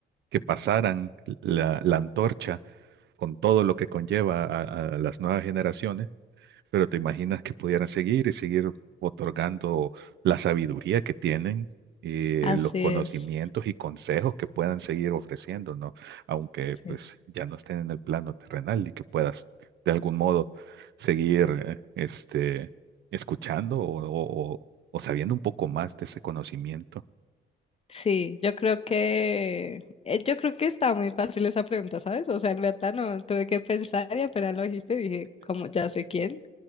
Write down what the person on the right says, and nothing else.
que pasaran la, la antorcha con todo lo que conlleva a, a las nuevas generaciones. Pero te imaginas que pudieran seguir y seguir otorgando la sabiduría que tienen, eh,
los conocimientos
y consejos que puedan seguir ofreciendo, ¿no? Aunque
pues ya no estén en el plano terrenal y que puedas de algún modo seguir eh, este, escuchando o, o o- o sabiendo un poco más de ese conocimiento.